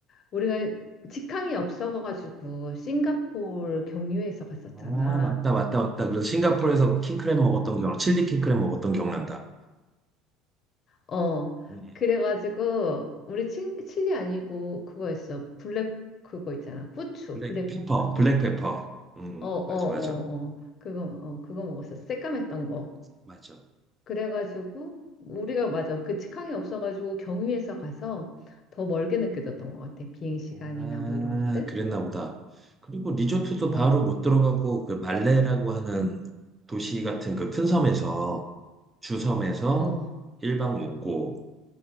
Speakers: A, on the left; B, on the right.
A: 우리가 직항이 없어가지고 싱가포르 경유해서 갔었잖아.
B: 아 맞다 맞다 맞다 그래서 싱가포르에서 킹크랩 먹었던 기억 칠리 킹크랩 먹었던 기억난다
A: 어,
B: 응.
A: 그래가지고, 우리 친, 칠리 아니고, 그거였어. 블랙, 그거 있잖아. 후추,
B: 블랙페퍼
A: 블랙페퍼였나?
B: 블랙페퍼 응
A: 어, 어,
B: 맞아
A: 어,
B: 맞아
A: 어. 그거, 어, 그거 먹었어. 새까맸던 거.
B: 맞아
A: 그래가지고, 우리가 맞아. 그 직항이 없어가지고, 경유해서 가서 더 멀게 느껴졌던 것 같아. 비행 시간이나
B: 아
A: 뭐 이런 것들.
B: 그랬나 보다 그리고 리조트도
A: 어,
B: 바로 못 들어가고 그 말레라고 하는 도시 같은 그 큰 섬에서 주섬에서
A: 어.
B: 일 박 묵고